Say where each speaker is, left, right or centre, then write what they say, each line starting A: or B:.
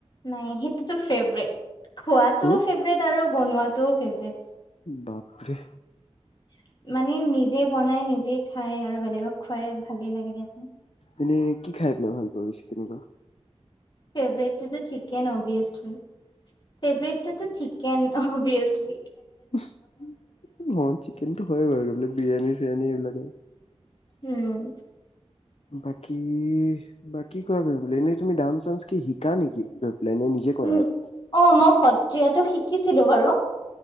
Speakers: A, on the left (about 45°); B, on the left (about 65°).
A: নাই, সেইটোতো ফেভৰেট। খোৱাটোও
B: হম
A: ফেভৰেট আৰু বনোৱাটোও ফেভৰেট।
B: বাপৰে
A: <unintelligible> মানে নিজে বনাই নিজে খাই আৰু বেলেগক খুৱাই ভালেই লাগে দিয়াচোন।
B: এনে কি খাই পেলাই ভাল পোৱা বেছি তেনেকুৱা?
A: কেভেটিবিট চিপ কেন অভিয়াছলি। ফেভৰেটটোতো চিকেন অভিয়েছলি
B: অ, চিকেনটো হয় বাৰু এই বিলাক বিৰিয়ানী চিৰিয়ানী এইবিলাক।
A: উম।
B: বাকী ই বা কি কোৱা বোলে এনেই? তুমি ডান্স চান্স কি শিকা নেকি? পেলাই নে নিজে কৰা
A: উম,
B: আৰু
A: অ' মই সত ত্ৰীয়াটো শিকিছিলো বাৰু